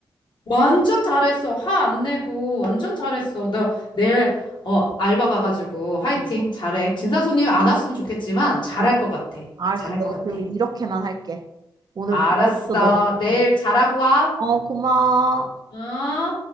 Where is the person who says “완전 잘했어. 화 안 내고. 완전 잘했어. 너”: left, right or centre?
Left